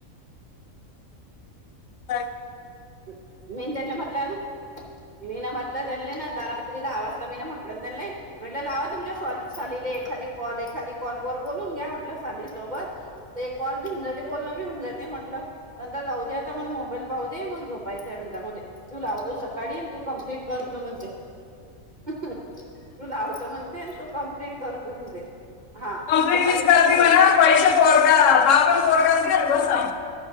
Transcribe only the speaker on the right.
मी त्यांना म्हटलं ना <inaudible> मी ना म्हटलं त्यांनी ना द रात्री दहा वाजता मी ना म्हटलं ना त्यांले म्हटलं लावा तुमच्या सालीले एखादी कॉल एखादी कॉल वर बोलून घ्या म्हटलं सालीसोबत ते. कॉल बी होऊन जाते बोलन बी होंऊन जाते ते म्हंटलं नंतर जाऊ दे आता मला मोबाईल पाहू दे मग. झोपायचय म्हण मला तू लाव दे शक तायडी आणि तू कंप्लिट कर म्हणते तू लावच म्हणते तू कमप्लीट करत म्हणते हा
सकाळी
मग मोळ